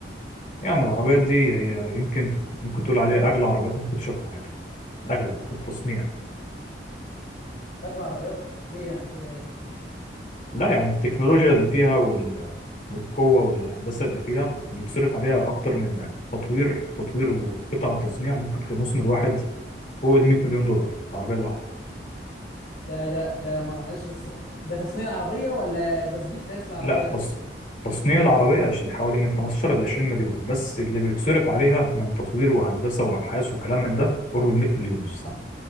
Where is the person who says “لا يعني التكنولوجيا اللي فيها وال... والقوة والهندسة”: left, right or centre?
Left